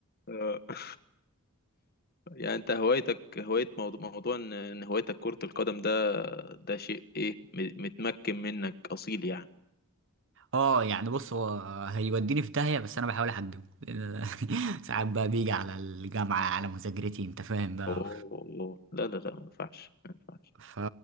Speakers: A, on the left; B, on the right.
A: <laughs> يعني انت هوايتك هواية موضوع, موضوع ان إن هوايتك كرة القدم ده ده شيء ايه م- متمكن منك اصيل يعني
B: اه يعني بص هو هيوديني في داهية بس انا بحاول احجمه لأن <laughs> ساعات بقى بيجي على الجامعة على مذاكرتي انت فاهم بقى
A: اوه لا لا لا ما ينفعش ما ينفعش
B: ف